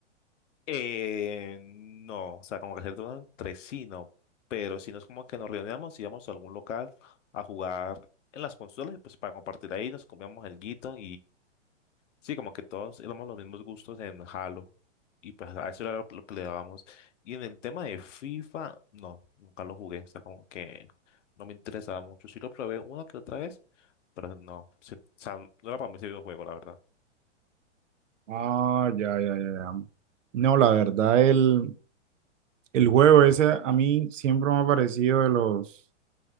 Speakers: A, on the left (about 75°); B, on the right (about 80°).
A: Eh, no, o sea, como que hacer todo entre sí, no. Pero si no es como que nos reuníamos, íbamos a algún local a jugar en las consolas, y pues para compartir ahí, nos comíamos el guito Sí, como que todos éramos los mismos gustos en Halo y pues a eso era lo, lo que le dábamos. Y en el tema de FIFA, no, nunca lo jugué, o sea, como que no me interesaba mucho. Sí lo probé una que otra vez, pero no, sí, o sea, no era para mí ese videojuego, la verdad.
B: Ah, ya, ya, ya. ya. No, la verdad, el, el juego ese a mí siempre me ha parecido de los